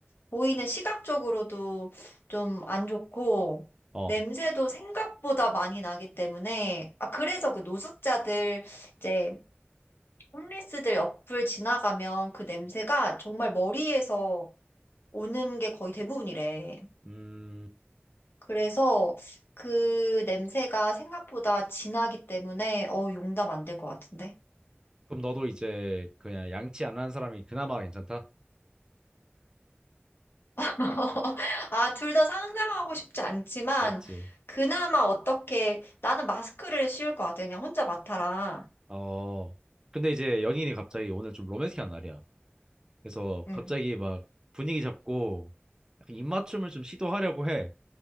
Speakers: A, on the left; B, on the right.
A: 보이는 시각적으로도 좀 안 좋고,
B: 어,
A: 냄새도 생각보다 많이 나기 때문에, 아, 그래서 그 노숙자들, 이제, 홈리스들 옆을 지나가면 그 냄새가 정말 머리에서 오는 게 거의 대부분이래.
B: 음,
A: 그래서 그 냄새가 생각보다 진하기 때문에, 어, 용담 안 될 것 같은데?
B: 그럼 너도 이제 그냥 양치 안 하는 사람이 그나마 괜찮다?
A: <laughs> 아, 둘 다 상상하고 싶지 않지만,
B: 맞지?
A: 그나마 어떻게, 나는 마스크를 씌울 것 같아. 그냥 혼자 맡아라.
B: 어, 근데 이제 연인이 갑자기 오늘 좀 로맨틱한 날이야. 그래서
A: 응.
B: 갑자기 막 분위기 잡고 약간 입맞춤을 좀 시도하려고 해.